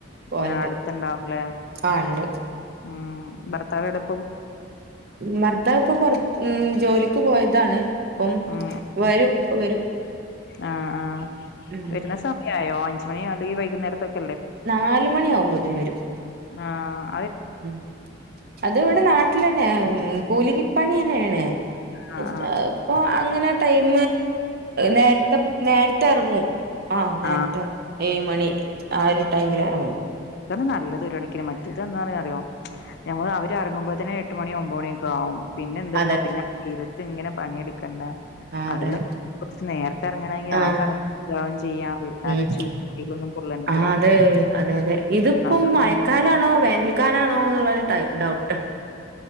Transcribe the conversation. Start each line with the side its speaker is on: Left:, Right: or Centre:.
Right: പോവലുണ്ട്
Left: ആ അടുത്തണ്ടാവുലെ
Right: ആഹ് ഉണ്ട്
Left: ഉം ഭർത്താവേവിടെ
Right: ഭർത്താവ് ഇപ്പൊ പുറ ഉം ജോലിക്ക് പോയതാണ് അപ്പം
Left: ഉം
Right: വരൂ
Left: ഉം
Right: ഇപ്പൊ വരും
Left: ആഹ് ആ
Right: ഉം
Left: വരുന്ന സമയായോ അഞ്ചു മണി അല്ലെങ്കിൽ വൈകുന്നേരത്തൊക്കെ
Right: നാല് മണി ആവുമ്പോത്തന് വരും
Left: ആ
Right: ഉം അത് ഇവിടെ നാട്ടിൽ തന്നെ കൂലിപ്പണി തന്നെയാണ്
Left: ആഹ്
Right: ഇപ്പൊ
Left: ആഹ്
Right: അങ്ങനെ ടൈം നേരത്തെ നേരത്തെ ഇറങ്ങും ആഹ നേരത്തെ
Left: ആഹ്
Right: ഏഴു മണി ആ ഒരു ടൈമിൽ ഇറങ്ങും
Left: അതാണ് നല്ലത് ഒരു കണക്കിന് മറ്റത് എന്താ അറിയോ ഞമ്മൾ അവര് ഇറങ്ങുമ്പോ തന്നെ എട്ട് മണി ഒമ്പത് മണി പിന്നെ എന്തു
Right: അതെ
Left: ണ്ടാവും പിന്നെ വെയിലത്ത് ഇങ്ങനെ പണിയെടുക്കണ്ട
Right: ആഹ
Left: അതിലും
Right: അതെ
Left: കുറച്ച് നേരത്തെ ഇറങ്ങണമെങ്കിൽ
Right: ആഹ്
Left: ആ തണുപ്പും ചെയ്യാ അല്ലാതെ
Right: ഉം
Left: വെയിലൊന്നും കൊള്ളണ്ടല്ലോ
Right: ആ അതെ അത അതെ ഇതിപ്പം
Left: അതാണ്
Right: മയക്കാലാണോ വേനൽക്കാലാണോ എന്നുള്ളരു ഡൗട്ട്